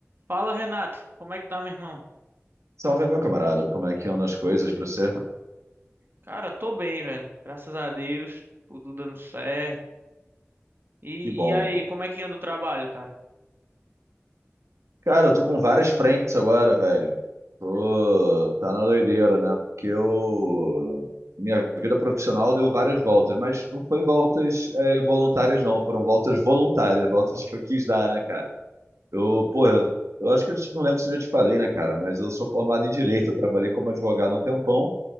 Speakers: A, on the right; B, on the right.
A: Fala, Renato. Como é que tá, meu irmão?
B: Salve, meu camarada. Como é que andam as coisas pra você?
A: Cara, tô bem, velho. Graças a Deus, tudo dando certo. E,
B: Que bom,
A: e aí,
B: que
A: como
B: bom.
A: é que anda o trabalho, cara?
B: Cara, eu tô com várias frentes agora, velho. Tô... Tá na doideira, né? Porque eu... Minha vida profissional deu várias voltas, mas não foi voltas é, involuntárias, não. Foram voltas voluntárias, voltas que eu quis dar, né, cara? Eu, porra, eu eu acho que eu te- não lembro se eu já te falei, né, cara? Mas eu sou formado em Direito. Eu trabalhei como advogado um tempão.